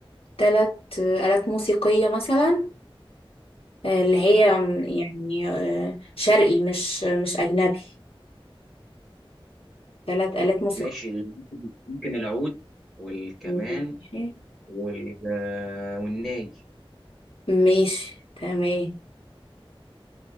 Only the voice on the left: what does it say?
تلات آلات موسيقية مثلا آه، اللي هي يعني آه، شرقي مش مش أجنبي ثلاث آلات موسيقى
ماشي
ماشي، تمام